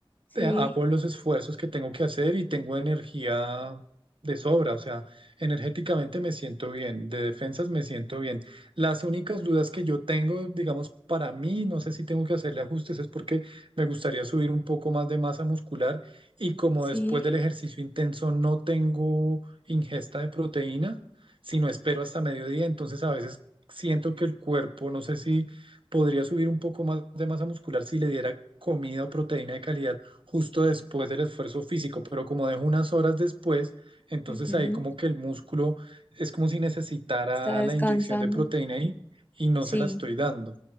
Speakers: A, on the left; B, on the right.
A: Sí,
B: te- hago los esfuerzos que tengo que hacer y tengo energía de sobra, o sea, energéticamente me siento bien, de defensas me siento bien. Las únicas dudas que yo tengo, digamos, para mí, no sé si tengo que hacerle ajustes, es porque me gustaría subir un poco más de masa muscular y como
A: sí.
B: después del ejercicio intenso no tengo ingesta de proteína, sino espero hasta mediodía, entonces a veces siento que el cuerpo, no sé si podría subir un poco más de masa muscular si le diera comida o proteína de calidad justo después del esfuerzo físico, pero como dejo unas horas después, entonces
A: ujú,
B: ahí como que el músculo es como si necesitara
A: Está descansando.
B: la inyección de proteína ahí y no
A: Sí,
B: se la estoy dando.